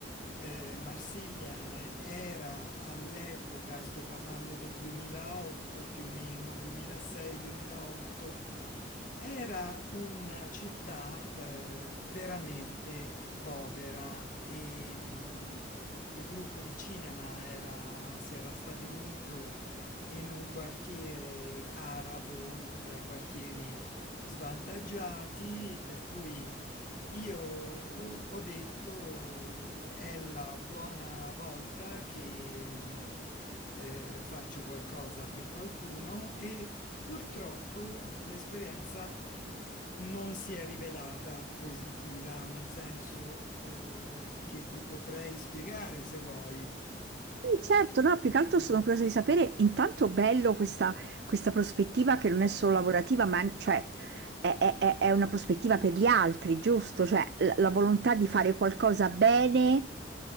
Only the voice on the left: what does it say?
Eh, Marsiglia eh, era all'epoca, sto parlando del 2008 più o meno, 2006-2008, era una città eh, veramente povera e mh, il gruppo di cinema era- si era stabilito in un quartiere arabo, uno tra i quartieri svantaggiati, per cui io ho, ho detto è la buona volta che mh, eh, faccio qualcosa per qualcuno e purtroppo l'esperienza non si è rivelata positiva, nel senso eh, che ti potrei spiegare se vuoi